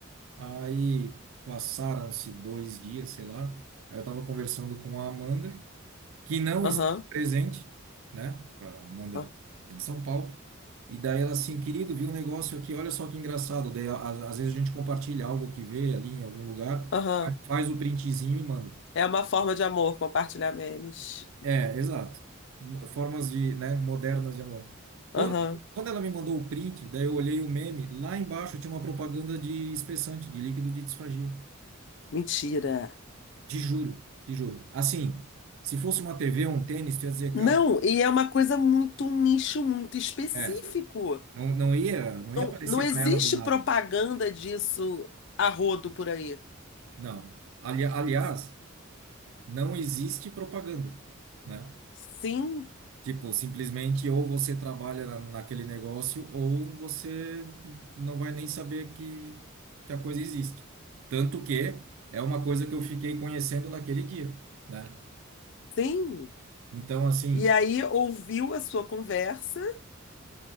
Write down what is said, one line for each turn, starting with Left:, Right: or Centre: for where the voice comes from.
Right: Aí passaram-se dois dias, sei lá. Aí eu tava conversando com a Amanda. que não
Left: Aham.
Right: está presente, né? A Amanda
Left: ah,
Right: tem em São Paulo. E daí ela assim, querido, viu um negócio aqui, olha só que engraçado. Daí, às, às vezes a gente compartilha algo que vê ali em algum lugar,
Left: Aham.
Right: fa- faz o printzinho e manda.
Left: É uma forma de amor compartilhar memes.
Right: É, exato. Mo- Formas de, né, modernas de amor. Quando,
Left: Aham.
Right: quando ela me mandou o print, daí eu olhei o meme, lá embaixo tinha uma propaganda de espessante, de líquido de disfagia.
Left: Mentira.
Right: Te juro, te juro. Assim, se fosse uma TV ou um tênis, tu ia dizer, cara,
Left: Não, e é uma coisa muito um nicho muito específico.
Right: é, Não, não ia, não
Left: Não,
Right: ia aparecer
Left: não existe
Right: para ela do nada.
Left: propaganda disso a rodo por aí.
Right: Não. Ali- aliás, não existe propaganda, né?
Left: Sim,
Right: Tipo, simplesmente ou você trabalha na, naquele negócio ou você não vai nem saber que, que a coisa existe. Tanto que é uma coisa que eu fiquei conhecendo naquele dia, né?
Left: sim.
Right: Então, assim,
Left: E aí ouviu a sua conversa